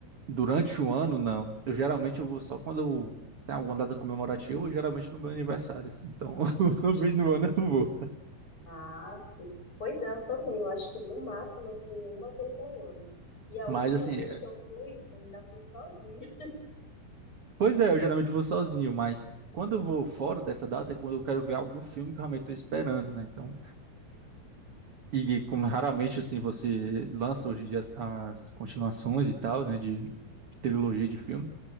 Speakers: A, on the right; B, on the left.
A: Durante o ano, não. Eu geralmente eu vou só quando tem alguma data comemorativa, geralmente no meu aniversário, assim. Então, <laughs> uma vez no ano eu vou.
B: Ah, sim. Pois é, eu também. Eu acho que no máximo, assim, uma vez ao ano. E a
A: Mas
B: última
A: assim,
B: vez que eu fui, eu ainda fui sozinha.
A: Pois é, eu geralmente vou sozinho, mas quando eu vou fora dessa data é quando eu quero ver algum filme que eu realmente estou esperando, né? Então, e como raramente assim você lança hoje em dia as, as continuações e tal, né? De, de trilogia de filme,